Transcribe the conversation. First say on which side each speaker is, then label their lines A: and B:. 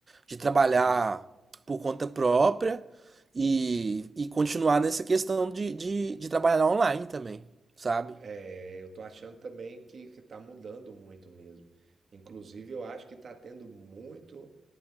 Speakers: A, on the right; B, on the right.
A: de trabalhar
B: Uhum.
A: por conta própria e, e continuar nessa questão de, de, de trabalhar online também, sabe?
B: É, eu tô achando também que, que tá mudando muito mesmo. Inclusive, eu acho que tá tendo muito,